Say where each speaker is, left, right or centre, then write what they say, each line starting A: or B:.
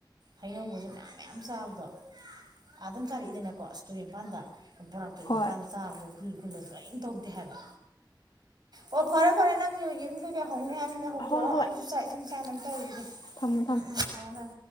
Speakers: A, on the right (about 60°); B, on the left (about 70°).
A: ꯍꯩꯅꯧꯕꯁꯨꯝ ꯃꯌꯥꯝ ꯆꯥꯕꯗꯣ ꯑꯥ ꯑꯗꯨꯝ ꯆꯥꯔꯛꯏꯗꯅꯀꯣ ꯑꯁ ꯇꯨꯔꯝꯄꯥꯥꯟꯗ ꯕꯣꯔꯥꯛꯇꯨꯒꯤ
B: ꯍꯣꯏ
A: ꯃꯄꯥꯟꯗ ꯆꯥꯕꯗꯣ ꯈꯨꯜ ꯈꯨꯜꯂꯁꯨ ꯀꯔꯤꯝ ꯇꯧꯗꯦ ꯍꯥꯏꯕ ꯑꯣ ꯐꯔꯦ ꯐꯔꯦ ꯅꯪꯁꯨ ꯌꯦꯔꯨꯝ ꯀꯩꯀꯩ ꯍꯧꯅꯩ ꯍꯥꯏꯕꯃꯤꯅ ꯍꯧꯗꯣꯛꯑꯣ
B: ꯍꯣꯏ
A: ꯑꯩꯁꯨ ꯆꯥꯛ ꯏꯁꯤꯡ ꯆꯥꯏꯅꯕꯪ ꯇꯧꯔꯤꯒꯦ
B: ꯊꯝꯃ ꯊꯝ
A: ꯎꯝ ꯎꯝ ꯊꯝꯃꯣ ꯊꯝꯃꯣ